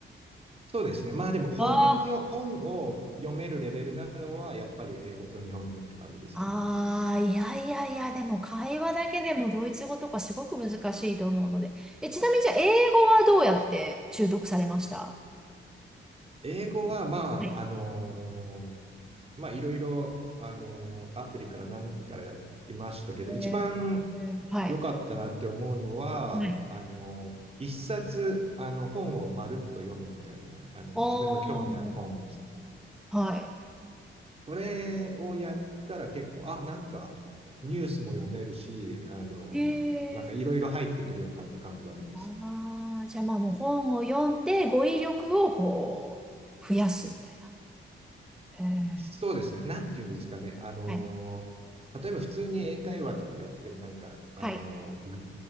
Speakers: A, on the right; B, in the centre.
A: そうですね。まあでも本よ、
B: あ
A: 本を読めるレベルなのは、やっぱり英語と日本語って感じですけど、
B: ああー、いやいやいや、でも会話だけでもドイツ語とかすごく難しいと思うので。え、ちなみにじゃあ、英語はどうやって習得されました
A: 英語は、まあ、
B: はい。
A: あのーまあ、いろいろ、あの、アプリから何からやりましたけど、一番
B: えー、はい。
A: 良かったなって思うのは、
B: はい。
A: あの、一冊、あの、本をまるっと読むみたいな、あの、
B: おー、
A: 自分の興味ある本。
B: はい。
A: それをやったら結構、あ、なんか、ニュースも読めるし、あの、
B: へえ。
A: なんかいろいろ入ってくるようになった感じはありますね。
B: ああ、じゃあまあもう本を読んで語彙力をこう、増やすみたいな。へえ。
A: そうですね。なんていうんですかね。あのー例えば普通に英会話とかやっててもなんか、
B: はい
A: あのーグ、
B: はい。